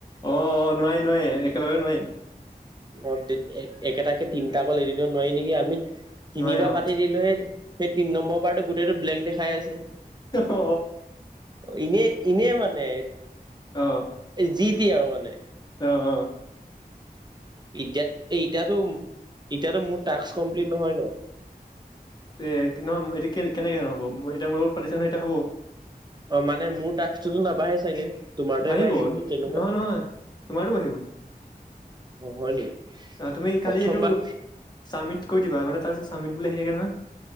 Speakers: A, on the left; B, on the right.
A: অ অ নোৱাই নোৱাই একেলগে নোৱাই।
B: অ একেটাকে তিনিটা কল এদিনত নোৱাৰি নেকি আমি তিনিবা-
A: নোৱাৰি অ
B: পাতি দিলো সেই সেই তিন নম্বৰ বাৰটো গোটেইটো ব্লেংক দেখাই আছে।
A: অ
B: এনে এনে মানে,
A: অ
B: যি টি আৰু মানে।
A: অ অ।
B: এতিয়া এতিয়াতো এতিয়াতো মোৰ টাস্ক কমপ্লিট নহয় ন।
A: এ এ নহয় এতিয়া কে কেনেকে নহ'ব এতিয়া মোৰ লগ পাতিছা নহয় এতিয়া হ'ব।
B: অ মানে মোৰ টাস্কটোতো নাবাঢ়ে চাগে? তোমাৰটোহে
A: বাঢ়িব
B: নে তেনেকুৱা
A: নহয় নহয় তোমাৰো বাঢ়িব।
B: অ হয় নেকি
A: অ তুমি
B: প্ৰথমবাৰ
A: খালি এইটো চাবমিট কৰি দিবা মানে তাৰপিছত চামিত বুলি আহি থাকে নহয়।